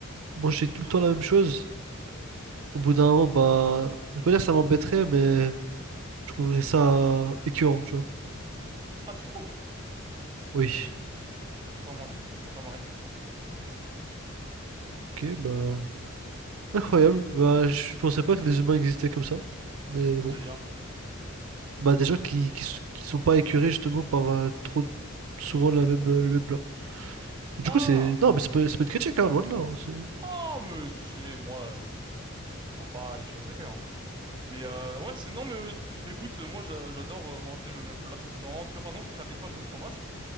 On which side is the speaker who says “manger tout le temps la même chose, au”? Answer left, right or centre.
Right